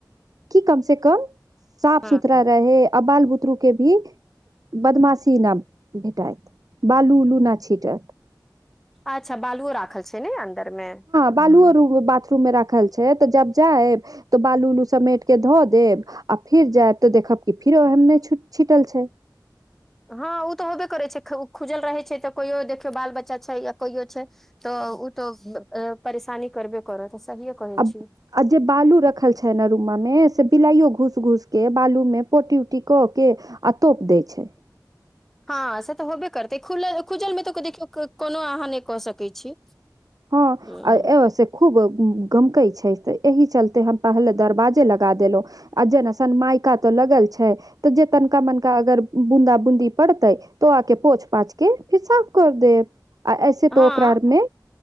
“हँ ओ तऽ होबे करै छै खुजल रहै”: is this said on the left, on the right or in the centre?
Centre